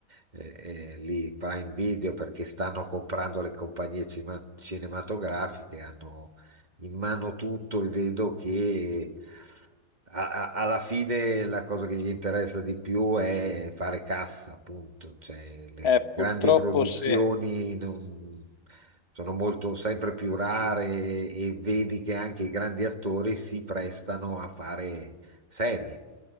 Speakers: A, on the right; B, on the left.
A: eh, eh, lì Prime Video perché stanno comprando le compagnie cima- cinematografiche, hanno in mano tutto e vedo che a- a- alla fine la cosa che gli interessa di più è fare cassa, appunto. Cioè, le
B: Eh,
A: grandi
B: purtroppo
A: produzioni
B: sì,
A: non- sono molto sempre più rare e vedi che anche i grandi attori si prestano a fare serie.